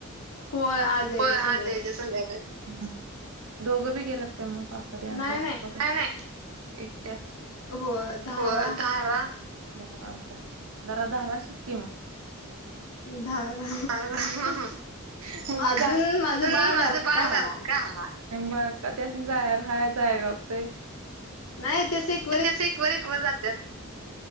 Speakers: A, on the left; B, on the right.
A: होय आज यायच्या
B: होय आज
A: संध्याकाळी
B: यायच्या संध्याकाळी हम् दोघं बी गेल्यात का मग सासरे आणी
A: नाही
B: सासूबाई
A: नाही
B: एकट्याच
A: हो धारा
B: होय धारा धारांच जरा धारा शिककी मग
A: धारा
B: ह. माझे
A: अजून
B: दात
A: माझं
B: न
A: बाळ
B: माझं
A: बारका
B: बाळ बारक
A: हाय
B: हा बर कधी अस जायर हायचय का ते <unintelligible>
A: नाही ते शिक
B: मग तर